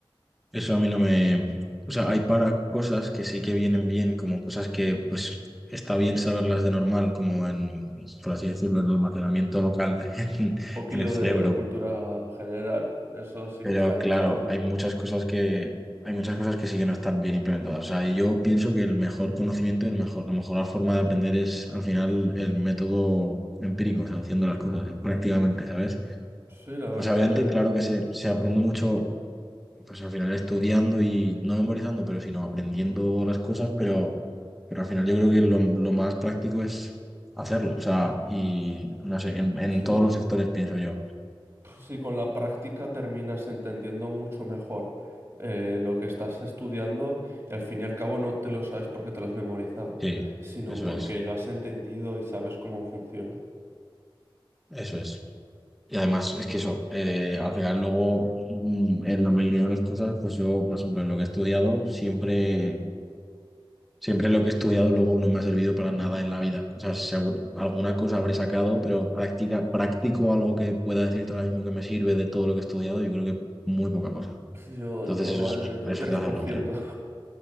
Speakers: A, in the centre; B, on the right.
A: Eso a mí no me... O sea, hay para cosas que sí que vienen bien, como cosas que pues está bien saberlas de normal, como en, por así decirlo, en almacenamiento local <laughs>
B: <laughs>
A: en,
B: Un poquillo
A: en el cerebro.
B: de cultura general, eso sí
A: Pero
B: que está bien
A: claro,
B: saberlo.
A: hay muchas cosas que, hay muchas cosas que sí que no están bien implementadas. O sea, y yo pienso que el mejor conocimiento y el mejor, la mejor forma de aprender es al final el método empírico, o sea, haciendo las cosas eh, prácticamente, ¿sabes?
B: Sí, la verdad
A: O sea, obviamente,
B: que
A: claro que se, se aprende mucho pues al final estudiando y no memorizando, pero sino aprendiendo las cosas, pero, pero al final yo creo que lo, lo más práctico es hacerlo, o sea, y no sé, en, en
B: sí.
A: todos los sectores pienso yo.
B: Pues sí, con la práctica terminas entendiendo mucho mejor eh, lo que estás estudiando y al fin y al cabo no te lo sabes porque te lo has memorizado,
A: Sí,
B: sino
A: eso
B: porque
A: es,
B: lo has entendido y sabes cómo funciona.
A: eso es. Y además es que eso, eh, al final luego mm, en la mayoría de las cosas, pues yo, por ejemplo, en lo que he estudiado, siempre Siempre lo que he estudiado luego no me ha servido para nada en la vida. O sea, seguro, alguna cosa habré sacado, pero práctica, práctico algo que pueda decirte ahora mismo que me sirve de todo lo que he estudiado, yo creo que muy poca cosa.
B: Pues Yo
A: Entonces
B: en torno
A: eso es,
B: al
A: eso
B: tres
A: es de hacerlo
B: por ciento
A: mirar.